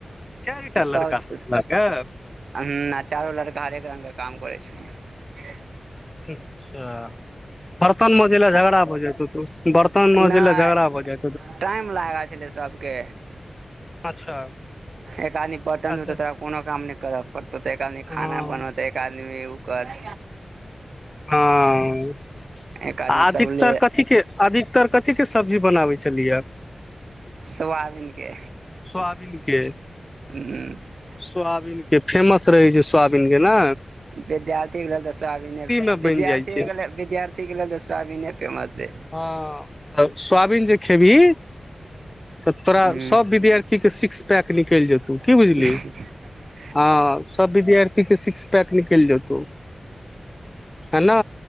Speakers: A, on the left (about 20°); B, on the right (about 90°).
A: चारि टा
B: सब
A: लड़का
B: च
A: से छलाके
B: ना चारू लड़का हरेक रंगग काम करै छलिअइ
A: अच्छा बर्तन मजै लए झगड़ा भ जाइ छै बर्तन मज
B: नहि
A: लेल झगड़ा भऽ जाइ
B: टाइम लागल छलैइ सबके
A: अच्छा
B: एक आदमी बरतन
A: अच्छा
B: धोतैइ त कोनो काम नै कर' पड़तो तऽ एक आदमी
A: हँ
B: खाना बनो त एक आदमी उ कर
A: हां
B: एक आदमी
A: आ अधिकतर
B: सबले
A: कथी के अधिकतर क थी के सब्जी बनाबै छलिहं
B: सोयाबीनके
A: सोआबिन के
B: हूंअ्
A: सोयाबीन के फेमस रहैइ छै सोयाबीन के ना
B: विद्यार्थीे लेल द सोआबिन
A: मे
B: विद्यार्थीे
A: बनि जाइ छै
B: लेल विद्यार्थीे लेल त सोयाबीने फेमस छै
A: हँअ् आ सोयाबीन जे खेबही तऽ तोरा
B: हूँ
A: सब विद्यार्थी के सिक्स पैक निकलि जेतौ
B: <unintelligible>
A: की बुझली हँ सभ विद्यार्थीके सिक्स पैक निकलि जेतौ है ना